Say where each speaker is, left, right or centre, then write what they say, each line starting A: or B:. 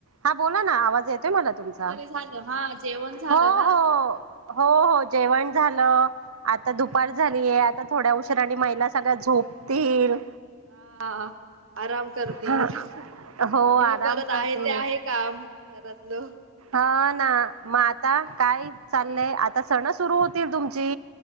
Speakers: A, on the right; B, on the right.
A: हा बोला ना आवाज येतोय मला तुमचा.
B: झालं हा जेवण झालं
A: हो
B: ना
A: हो हो हो जेवण झालं. आता दुपार झालीय आता थोड्या उशरा णि महिला सगळ्या झोपतील.
B: हा. आराम करतील
A: हा
B: आणि
A: हो आराम
B: मग परत
A: करते.
B: आहे ते आहे काम. घरातल.
A: ह ना मग आता काय चाललंय आता सण सुरु होतील तुमची